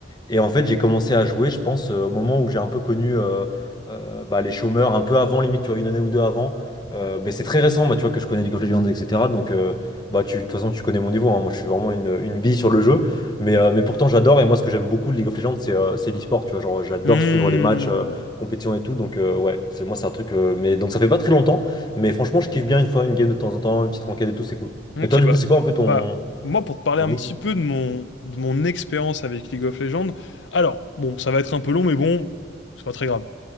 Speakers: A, on the left; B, on the left.
A: Et en fait, j'ai commencé à jouer, je pense, euh, au moment où j'ai un peu connu euh, euh, bah, les chômeurs, un peu avant, limite, tu vois, une année ou deux avant. Euh, mais c'est très récent, moi, tu vois, que je connais League of Legends, etc. Donc, euh, bah, tu, de toute façon, tu connais mon niveau. hein. Moi, je suis vraiment une, une bille sur le jeu. Mais, euh, mais pourtant, j'adore. Et moi, ce que j'aime beaucoup de League of Legends, c'est euh, c'est l'e-sport. Tu vois, genre, j'adore
B: hmm.
A: suivre les matchs, euh, compétition et tout. Donc, euh, ouais, c'est moi, c'est un truc. euh, mais donc, ça fait pas très longtemps. Mais franchement, je kiffe bien une fois une game de temps en temps, une petite ranked et tout, c'est cool.
B: Ok,
A: Et toi, du
B: bah,
A: coup, c'est quoi un peu ton,
B: bah, moi, pour te parler
A: ton
B: un
A: X?
B: petit peu de mon, de mon expérience avec League of Legends, alors, bon, ça va être un peu long, mais bon, c'est pas très grave.